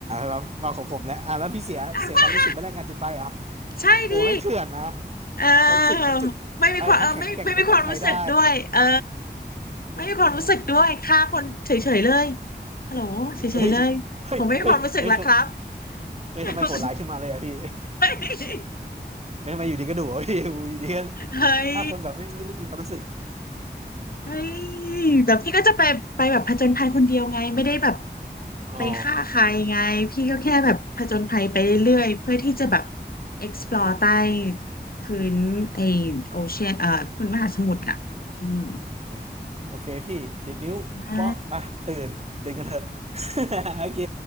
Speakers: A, on the right; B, on the left.
A: มามาของผมแล้วอ่าแล้วพี่เสียเสียความรู้สึกไปแรกงานจุดไฟเหรอ
B: <laughs> ใช่ดิ
A: โอ้ไม่งเถื่อนนะ
B: เออไม่มีความเออไม่ไม่มีความรู้สึกด้วยเออ
A: ทั้งถึกทั้งจุดเอ้ยทั้งแข็งแกร่งทั้งจุดไฟได้
B: ไม่มีความรู้สึกด้วยฆ่าคนเฉยๆเลย
A: อู้
B: ฮัลโหลเฉยๆเลยผมไม่มีความรู้สึกแล้วครับ
A: เอ้ยเฮ้ยเฮ้ยเฮ้ยทำเฮ้ยทำไมโหดร้ายขึ้นมาเลยอะพี่
B: เฮ้ย
A: เฮ้ยทำไมอยู่ดีก็ดุอะพี่อู้อยู่ดีก็
B: เฮ้ย
A: ถ้าคนแบบไม่ไม่ต้องมีความรู้สึก
B: เฮ้ยแบบพี่ก็จะไปไปแบบผจญภัยคนเดียวไงไม่ได้แบบ
A: <laughs> อ๋อ
B: ไปฆ่าใครไงพี่ก็แค่แบบผจญภัยไปเรื่อยๆเพื่อที่จะแบบ explore ใต้พื้นไอโอเชียนเอ่อพื้นมหาสมุทรอ่ะอืม
A: อ่ะโอเคพี่ดิดนิ้วเปาะไปตื่นตื่นกันเถอะ
B: ใช่
A: <laughs> โอเค